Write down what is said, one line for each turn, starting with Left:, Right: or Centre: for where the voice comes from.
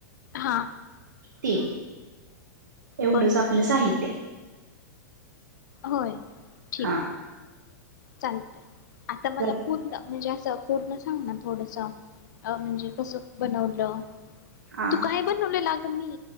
Left: हा
Right: तीन एवढंच
Left: बरं
Right: आपलं साहित्य
Left: होय ठीकय
Right: हा
Left: चालतंय आता
Right: हा
Left: मला पूर्ण म्हणजे अ पूर्ण सांग ना थोडासा अ म्हणजे कस बनवलं
Right: हा
Left: तू
Right: हा
Left: काय बनवलेल आ मी